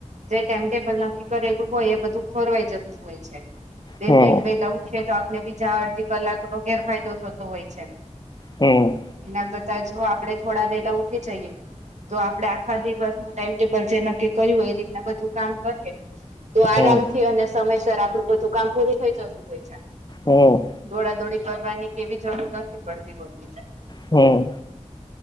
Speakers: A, on the right; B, on the left.
A: જે ટાઈમટેબલ નથી કરેલું હોય એ બધું ખોરવાઈ જતું હોય છે. બે
B: હમ
A: મિનિટ પેલા ઉઠીએ તો આપને બીજા અડધી કલાકનોો ગેરફાયદો થતો હોય છે.
B: હમ
A: એના કરતા જો આપડે થોડા વેલા ઉઠી જઈએ તો આપડે આખા દિવસનું ટાઈમટેબલ જે નક્કી કર્યું હોય એ રીતના બધું કામ કરીએ. તો આરામથી
B: હમ
A: અને સમયસર આપડું બધુ કામ પૂરુ થઈ જતુ હોય છે.
B: હું
A: દોડાદોડી કરવાની કેવી જરૂર નથી પડતી હોતી
B: હમ્મ.